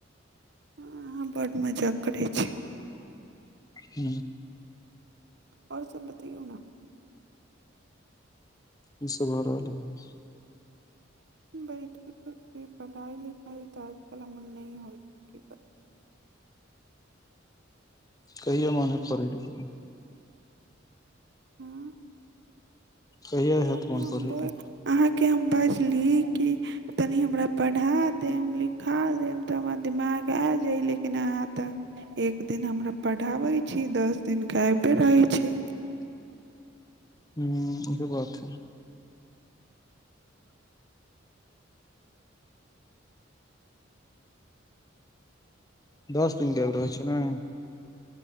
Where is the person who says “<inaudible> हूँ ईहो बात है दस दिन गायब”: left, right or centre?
Left